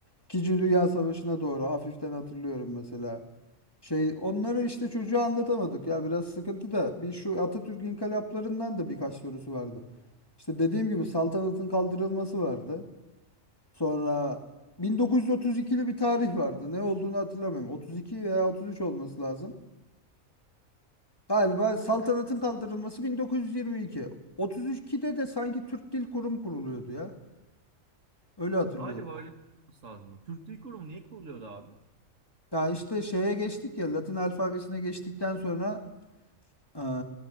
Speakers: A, on the left (about 15°); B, on the right (about 70°).
A: İkinci Dünya Savaşı'na doğru hafiften hatırlıyorum mesela. Şey onları işte çocuğa anlatamadık ya biraz sıkıntı da bir şu Atatürk inkılaplarından da birkaç sorusu vardı. İşte dediğim gibi saltanatın kaldırılması vardı. Sonra 1932'li bir tarih vardı. Ne olduğunu hatırlamıyorum. 32 veya 33 olması lazım. Galiba saltanatın kaldırılması 1922. 32'de de sanki Türk Dil Kurumu kuruluyordu ya. Öyle hatırlıyorum.
B: Galiba öyle olması lazım. Türk Dil Kurumu niye kuruluyordu abi?
A: Ya işte şeye geçtik ya Latin alfabesine geçtikten sonra eee,